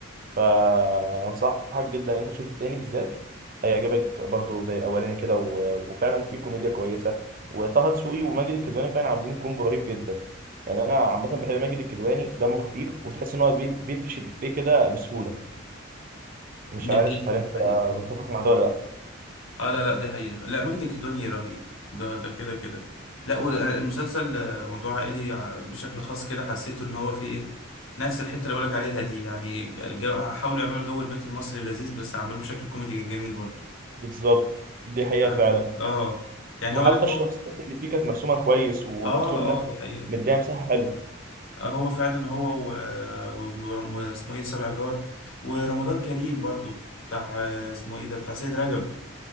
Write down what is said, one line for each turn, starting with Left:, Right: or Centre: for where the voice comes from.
Right: فانصحك جدا ان انت تشوف التاني بالذات هيعجبك برضو زي الاولاني كده و... وفعلا في كوميديا كويسه وطه دسوقي وماجد الكدواني فعلا عاملين كومبو رهيب جدا يعني انا عامه بحب ماجد الكدواني دمه خفيف وتحس ان هو بي- بيفرش الافيه كده بسهوله مش
Left: دي
Right: عارف
Left: حقيقة
Right: هل
Left: دي
Right: انت
Left: حقيقة
Right: متفق مع ده ولا لا
Left: اه لا لا دي حقيقة لا ماجد الكدواني رهيب ده ده كده كده لا والمسلسل آه، موضوع عائلي ع- بشكل خاص كده حسيته ان هو فيه ايه نفس الحتة اللي بقولك عليها دي يعني الجو حاولوا يعملوا جو البيت المصري اللذيذ بس عملوه بشكل كوميدي جميل برضه
Right: بالظبط دي حقيقه
Left: يعني
Right: فعلا
Left: اه يعني
Right: وحتى
Left: هقول لك
Right: الشخصيات
Left: هو
Right: اللي فيه كانت مرسومه كويس ومكتوب
Left: اه
Right: لها
Left: اه دي حقيقة
Right: مديها مساحه حلوه
Left: هو فعلا هو و- و- واسمه ايه سبع جار ورمضان كريم برضو بتاع آه، اسمه ايه ده بتاع سيد رجب